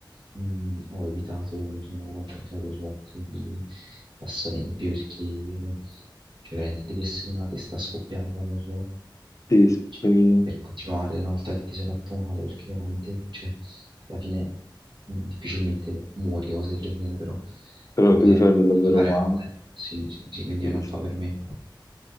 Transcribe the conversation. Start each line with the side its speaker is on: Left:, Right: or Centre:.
Right: mh, ho evitato e mi sono concentrato su altri passatempi perché cioè veramente devi essere una testa scoppiata per
Left: Sì, sì,
Right: cioè,
Left: devi-
Right: per continuare una volta che ti sei fatto male, perché veramente, cioè, alla fine mh, difficilmente muori o cose del genere, però
Left: però
Right: comunque
Left: ti puoi farlo davvero
Right: ti puoi fare
Left: male.
Right: male, sì, sì, sì, quindi
Left: Sì,
Right: non
Left: sì.
Right: fa per me.